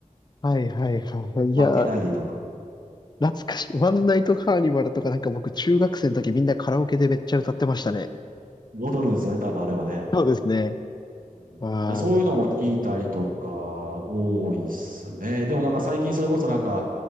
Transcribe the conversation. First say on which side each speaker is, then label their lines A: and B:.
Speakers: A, on the left (about 30°); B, on the right (about 80°).
A: はいはいはい。いや
B: 負けないでとか。
A: 懐かしい。ワンナイトカーニバルとかなんか僕中学生の時みんなカラオケでめっちゃ歌ってましたね。
B: 踊るんですよね、多分あれもね。
A: そうですね。
B: うんだからそういうのも聞いたりとか、
A: ああ、
B: 多いっすね。でもなんか最近それこそなんか、